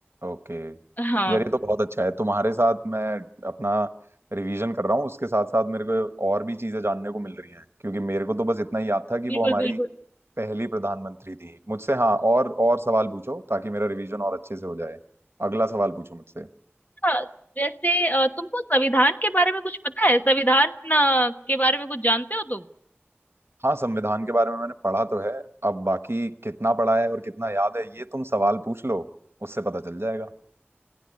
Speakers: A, on the right (about 65°); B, on the left (about 40°).
A: ओके
B: हाँ
A: यार ये तो बहुत अच्छा है तुम्हारे साथ मैं अपना रिवीजन कर रहा हूँ उसके साथ साथ मेरे को और भी चीजें जानने को मिल रही हैं क्योंकि मेरे को तो बस इतना ही याद था कि
B: बिल्कुल
A: वो हमारी
B: बिल्कुल
A: पहली प्रधानमंत्री थी मुझसे हाँ और और सवाल पूछो ताकि मेरा रिवीजन और अच्छे से हो जाए अगला सवाल पूछो मुझसे
B: हाँ, जैसे अ, तुमको संविधान के बारे में कुछ पता है संविधान अ, के बारे में कुछ जानते हो तुम
A: हाँ संविधान के बारे में मैंने पढ़ा तो है अब बाकी कितना पढ़ा है और कितना याद है ये तुम सवाल पूछ लो उससे पता चल जाएगा